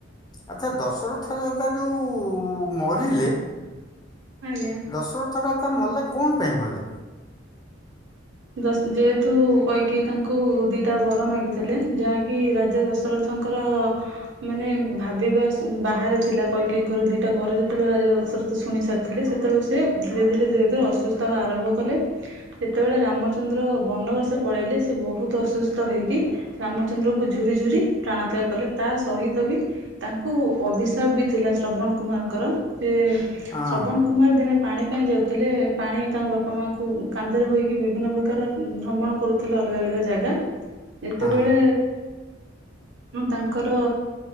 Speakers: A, on the left; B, on the right.
A: ଆଚ୍ଛା ଦଶରଥ ଯୋଉ ମରିଲେ,
B: ଆଜ୍ଞା।
A: ଦଶର ଥ ରାଜା ମଲେ କଣ ପାଇଁ ମଲେ?
B: ଯେହେତୁ କୈକେୟୀ ତାଙ୍କୁ ଦିଟା ବର ମାଗିଥେଲେ ଯାହାକି ରାଜା ଦଶରଥ ଙ୍କର ମାନେ ଭାବିବା ବାହାରେ ଥିଲା କୈକେୟୀଙ୍କର ଦିଇଟା ବର ଯେ ତେଳେ ରାଜ ଶୁଣିସାରି ଥିଲେ ସେତବେଳକୁ ସିଏ ଧୀରେ-ଧୀରେ-ଧୀରେ-ଧୀରେ ଅସୁସ୍ଥ ହବା ଆରମ୍ଭ କଲେ, ଯେତବଳେ ରାମଚନ୍ଦ୍ର ବନବାସ ପଳେଇଲେ ସେ ବହୁତ୍ ଅସୁସ୍ଥ ହୋଇକି ରାମଚନ୍ଦ୍ର କ ଝୁରି-ଝୁରି ପ୍ରାଣତ୍ୟାଗ କଲେ, ତା ସହିତ ବି ତାଙ୍କୁ ଅଭିଶାପ ବି ଥିଲା ଶ୍ରବଣ କୁମାରଙ୍କର, ସେ
A: ହଁ
B: ଶବଣ କୁମାର ଦିନେ ପାଣି ପାଇଁ ଯାଉଥିଲେ, ପାଣି ତାଙ୍କ ବାପା ମାଙ୍କୁ କାନ୍ଧରେ ବୋହି କି ବିଭିନ୍ନ ପ୍ରକାର ଭ୍ରମଣ କରୁଥିଲେ, ଅଲଗା-ଅଲଗା ଜାଗା। ଯେତେବେଳେ
A: ହଁ
B: ତାଙ୍କର